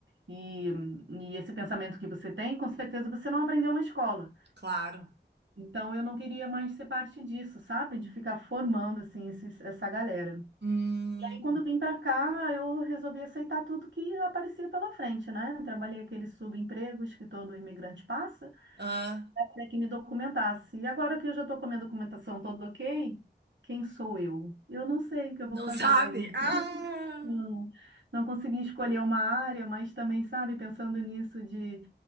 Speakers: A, on the right; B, on the right.
A: e, e esse pensamento que você tem, com certeza você não aprendeu na escola.
B: claro.
A: Então, eu não queria mais ser parte disso, sabe? De ficar formando, assim, esses- essa galera.
B: Hum.
A: E aí, quando vim para cá, eu resolvi aceitar tudo que aparecia pela frente, né? Trabalhei aqueles subempregos que todo imigrante passa
B: Ah,
A: até que me documentasse. E agora que eu já estou com a minha documentação toda ok, quem sou eu? Eu não sei o que eu vou
B: não
A: fazer
B: sabe?
A: ainda.
B: Ah.
A: Não, não consegui escolher uma área, mas também, sabe, pensando nisso de,